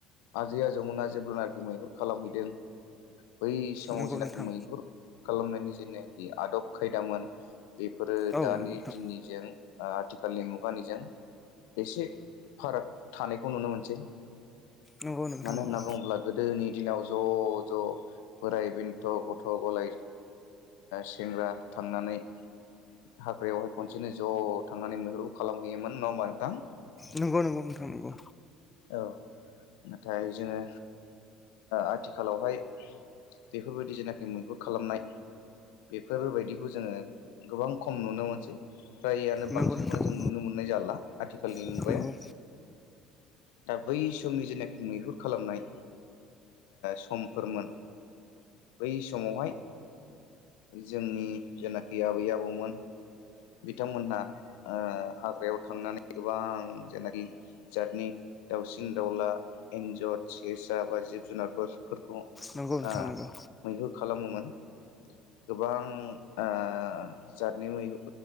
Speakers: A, on the left; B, on the left.
A: आजै आजौमोना जेब्लनाखि मैहुर खालामहैदों बै समाव
B: नंगौ
A: जेनाखि
B: नोंथां
A: मैहुर खालामनायनि जेने आदब खायदामोन बेफोरो
B: औ
A: दानि
B: नंगौ नोंथां
A: दिननिजों आथिखाल आथिखालनि मुगानिजों एसे फाराग थानायखौ नुनो मोनसै
B: नंगौ नोंथां
A: मानो
B: नंगौ
A: होनना बुङोब्ला गोदोनि दिनाव ज' ज' बोराइ बेन्थ' गथ' गथ' गलाय सेंग्रा थांनानै हाग्रायावहाय खनसेनो ज' थांनानै मैहेरु खालामहैयोमोन नङा होमबा नोंथां
B: नोंंगौ नंगौ मोनथां नंगौ
A: औ नाथाय जोङो आथिखालावहाय बेफोरबायदि जेनाखि मैहुर खालामनाय बेफोरबायदिखौ जोङो गोबां खम नुनो मोनसै फ्राययानो
B: नंगौ
A: बांसिनखौनो
B: नोंथां
A: जों नुनो मोननाय जाला आथिखालनि
B: नंगौ
A: मुगायाव दा बै समनि जेनाखि मैहुर खालामनाय समफोरमोन बै समावहाय जोंनि जेनाखि आबै आबौमोन बिथांमोनहा हाग्रायाव थांनानै गोबां जेनाखि जातनि दाउसिन दाउला एन्जर सेसा बा जिब जुनारफोरखौ
B: नंगौ नोंथां
A: मैहु
B: नंगौ
A: खालामोमोन गोबां आं जादनि मैहु